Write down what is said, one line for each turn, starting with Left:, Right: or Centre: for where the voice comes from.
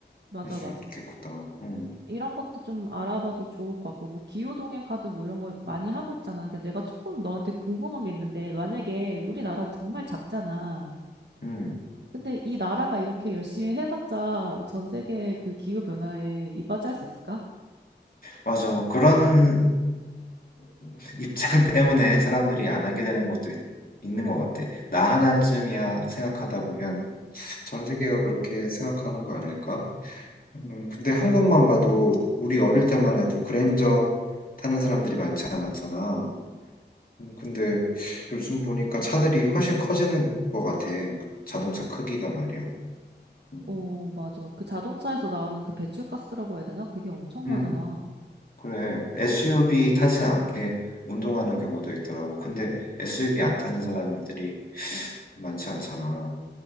Right: 맞아,
Left: 할 수
Right: 맞아.
Left: 있겠구나. 음.
Right: 이런 것도 좀 알아봐도 좋을 것 같고, 뭐, 기후동행 카드 뭐 이런 거 많이 하고 있잖아. 근데 내가 조금 너한테 궁금한 게 있는데, 만약에 우리나라 정말 작잖아.
Left: 음.
Right: 근데 이 나라가 이렇게 열심히 해봤자 전 세계 그 기후변화에 이바지할 수 있을까?
Left: 맞아. 그런 <laughs> 입장 때문에 사람들이 안 하게 되는 것도 있, 있는 것 같아. 나 하나쯤이야 생각하다 보면 전 세계가 그렇게 생각하는 거 아닐까? 음, 근데 한국만 봐도 우리 어릴 때만 해도 그랜저 타는 사람들이 많지 않았잖아. 음, 근데 요즘 보니까 차들이 훨씬 커지는 것 같아. 자동차 크기가 말이야. 음,
Right: 오, 맞아. 그 자동차에서 나오는 그 배출가스라고 해야 되나? 그게 엄청나잖아.
Left: 음, 그래. SUV 타지 않게 운동하는 경우도 있더라고. 근데 SUV 안 타는 사람들이 많지 않잖아.